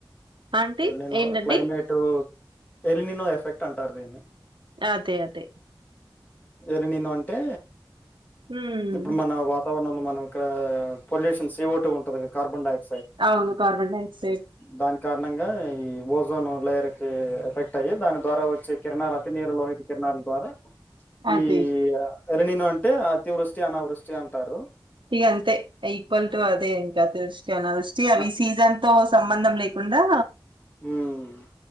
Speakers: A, on the right; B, on the left.
A: ఆంటీ
B: ఎలినో
A: ఏంటండి
B: క్లైమేటు ఎలినో ఎఫెక్ట్ అంటారు. దీన్ని
A: అదే అదే
B: ఎలినినో అంటే
A: ఉమ్
B: ఇప్పుడు మన వాతావరణంలో మన ఇక్కడ పోల్యూషన్ సీఓటు ఉంటాది కార్బన్ డక్స
A: అవును కార్బన్ డైఆక్సైడ్
B: దాని కారణంగా ఈ ఓజోన్ లేయర్ కి ఎఫెక్ట్ అయ్యి దాని ద్వారా వచ్చే కిరణాలు అతి నీరు లోహిత కిరణ ద్వారా ఈ
A: అదే
B: ఎలినినో అంటే అతివృష్టి అనావృష్టి అంటారు.
A: ఇగ అంతే ఈక్వల్ టు అదే ఇంక అతివృష్టి, అనావృష్టి అవి
B: అట్
A: సీజన్ తో సంబంధం లే ఉందా
B: ఉమ్